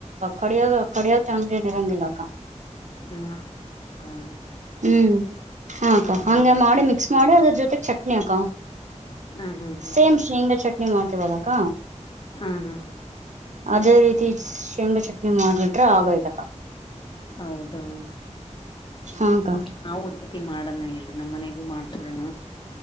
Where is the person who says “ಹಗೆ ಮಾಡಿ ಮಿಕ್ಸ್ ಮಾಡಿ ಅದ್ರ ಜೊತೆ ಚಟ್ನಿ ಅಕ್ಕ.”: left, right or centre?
Right